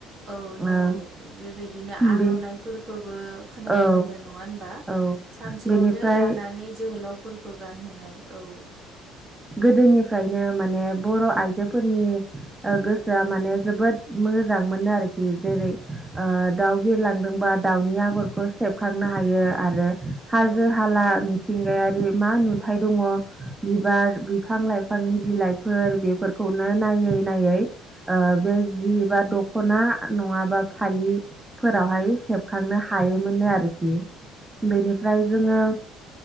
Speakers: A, on the right (about 50°); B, on the right (about 15°).
A: औ नंगौ
B: ओ
A: बेबायदिनो आर'नाइफोरखोबो
B: बे
A: खोनानो
B: औ
A: मोनो नङा होनबा
B: औ
A: सानसेयावनो
B: बेनिफ्राय
A: दानानै जोहोलावफोरखौ गानहो नाय औ
B: गोदोनिफ्रायनो माने बर' आइजोफोरनि ओ
A: औ
B: गोसोआ माने जोबोद मोजां मोननो आरोखि जेरै ओ दाउ बिरलांदोंबा दाउनि आगरखौ सेबखां नो हायो आरो हाजो
A: औ
B: हाला मिथिंगायारि मा नुथाय दङ' बिबार बिफां लाइफांनि बिलाइफोर बेफोरखौनो नायै नायै ओ बे जिबा दख'ना नङाबा फालि फोरावहाय सेबखांनो हायोमोननो आरोखि बेनिफ्राय जोङो